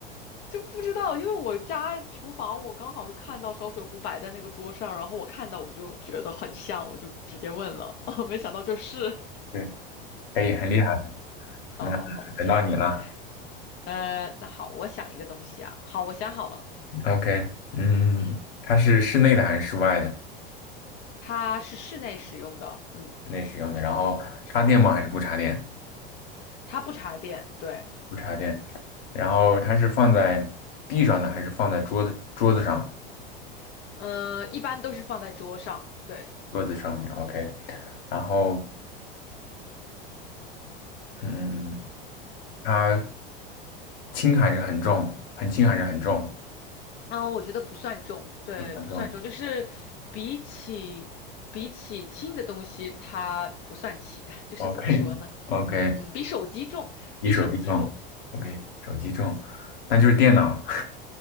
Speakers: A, on the left; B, on the left.
A: 就不知道，因为我家厨房我刚好看到烧水壶摆在那个桌上，然后我看到我就觉得很像，我就直接问了，<laughs> 没想到就是，
B: 对，可以，很厉害。
A: 好好好，
B: 那等到你了
A: 呃，那好，我想一个东西啊，好，我想好了，
B: ，OK，嗯，
A: 嗯，
B: 它是室内的还是室外的？
A: 它是室内使用的，嗯。
B: 室内使用的，然后插电吗？还是不插电？
A: 它不插电，对。
B: 不插电。然后它是放在地上的还是放在桌子桌子上？
A: 呃，一般都是放在桌上，对。
B: 桌子上面，OK。然后，嗯，它轻还是很重？很轻还是很重？
A: 然后我觉得不算重，对，
B: 不很重
A: 不算重，就是比起比起轻的东西，它不算轻，<laughs> 就是怎么说呢？
B: ，OK，OK，
A: 嗯，比手机重，
B: 比手机重，OK，
A: 比手机重，嗯，
B: 手机重，那就是电脑。